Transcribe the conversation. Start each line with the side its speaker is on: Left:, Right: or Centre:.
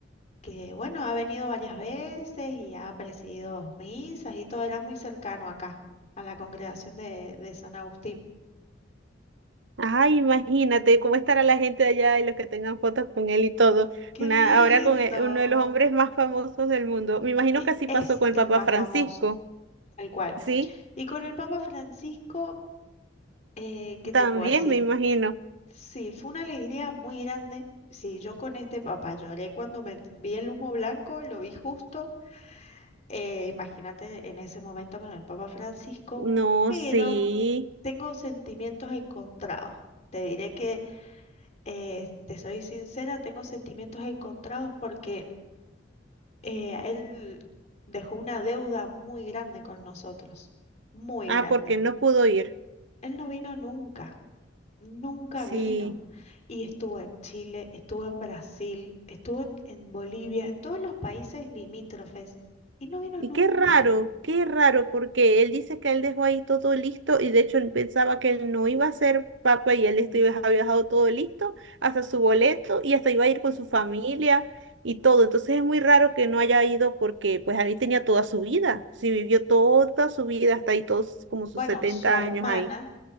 Left: que bueno, ha venido varias veces y ha presidido misas y todo, era muy cercano acá, a la congregación de de San Agustín.
Right: Ay, imagínate cómo estará la gente de allá y los que tengan fotos con él y todo.
Left: Qué
Right: Una,
Left: lindo.
Right: ahora con e- uno de los hombres más famosos del mundo. Me imagino
Left: Y
Right: que así
Left: es
Right: pasó con el
Left: el
Right: Papa
Left: más
Right: Francisco.
Left: famoso, tal cual.
Right: Sí,
Left: Y con el Papa Francisco, eh, ¿qué te
Right: también
Left: puedo decir?
Right: me imagino.
Left: Sí, fue una alegría muy grande. Sí, yo con este papá lloré cuando me vi el humo blanco, lo vi justo. eh, imagínate en ese momento con el Papa Francisco,
Right: No,
Left: pero
Right: sí.
Left: tengo sentimientos encontrados. Te diré que, eh, te soy sincera, tengo sentimientos encontrados porque eh, él dejó una deuda muy grande con nosotros, muy
Right: Ah,
Left: grande.
Right: porque él no pudo ir.
Left: Él no vino nunca, nunca
Right: Sí.
Left: vino. Y estuvo en Chile, estuvo en Brasil, estuvo en, en Bolivia, en todos los países limítrofes, y no vino
Right: Y
Left: nunca.
Right: qué raro, qué raro, porque él dice que él dejó ahí todo listo y de hecho él pensaba que él no iba a ser papa y él estuvo- había dejado todo listo, hasta su boleto y hasta iba a ir con su familia y todo. Entonces es muy raro que no haya ido porque pues ahí tenía toda su vida, sí vivió toda su vida hasta ahí todos como sus
Left: Bueno,
Right: setenta
Left: su hermana,
Right: años ahí.